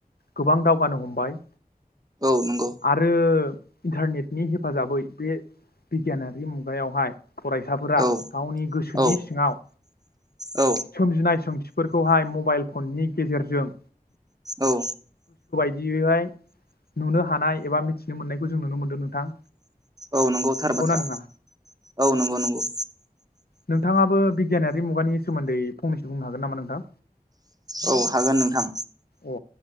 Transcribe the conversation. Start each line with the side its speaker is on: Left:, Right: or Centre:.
Left: गोबां दावगानो हमबाय
Right: औ नंगौ
Left: आरो इन्टारनेटनि हेफाजाबै बे बिगियानारि मुगायावहाय फरायसाफोरा
Right: औ
Left: गावनि गोसोनि
Right: औ
Left: सिङाव
Right: औ
Left: सोमजिनाय सोंथि फोरखौहाय मबाइल फननि गेजेरजों
Right: औ
Left: बियोहाय नुनो हानाय एबा मिथिनो मोननाय जों नुनो मोन्दों नोंथां।
Right: औ नंगौथार
Left: नंगौना
Right: बाथ्रा।
Left: नङा
Right: औ नंगौ नंगौ।
Left: नोंथाङाबो बिगियानारि मुगानि सोमोन्दै फंनैसो बुंनो हागोन नामा नोंथां।
Right: औ हागोन नोंथां।
Left: अ